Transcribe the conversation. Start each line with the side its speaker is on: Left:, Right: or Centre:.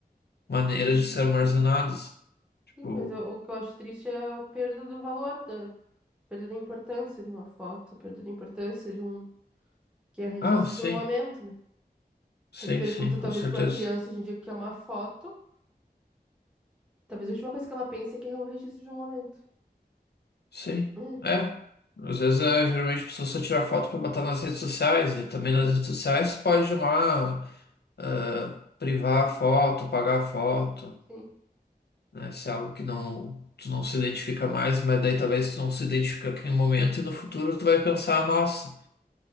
Left: maneiras de ser armazenados. Tipo,
Centre: sim, mas eu- o que eu acho triste é a perda do valor, da perda da importância de uma foto, perda da importância de um, que é registro
Left: ah, sim,
Centre: de um momento, né?
Left: sim,
Centre: Aí tu pergunta,
Left: sim, com
Centre: talvez,
Left: certeza.
Centre: pra uma criança hoje em dia o que é uma foto, talvez a última coisa que ela pense é que é o registro de um momento.
Left: Sim,
Centre: Hum,
Left: é. Às vezes, é, geralmente, a pessoa só tira foto para botar nas redes sociais, e também nas
Centre: hum,
Left: redes sociais pode ir lá ah, privar a foto, apagar a foto,
Centre: Sim,
Left: né? Se é algo que não, tu não se identifica mais, mas daí talvez tu não se identifica aqui no momento e no futuro tu vai pensar, nossa.